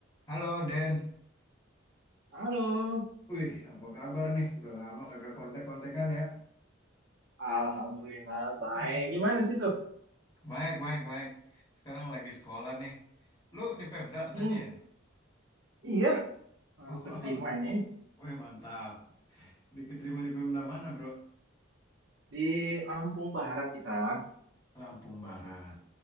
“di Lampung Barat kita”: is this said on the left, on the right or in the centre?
Right